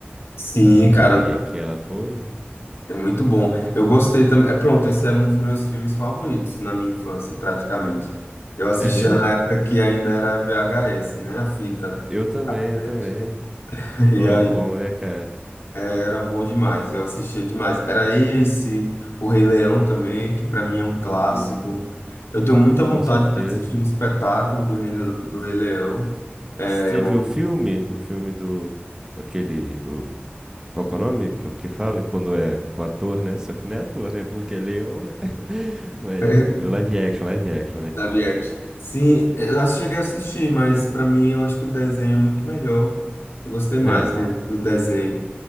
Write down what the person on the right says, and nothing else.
E,
e aquela, pô.
É mesmo?
Eu também, eu
também.
Pô,
é bom, né, cara?
Elinho,
com
certeza.
Você
viu o filme? O filme do... Aquele... O... Qual que é o nome? Que, que fala quando é com ator, né? Só que não é ator, né? Porque é leão, né? <laughs> Mas
o live action, live action, né? Que
fala.
É.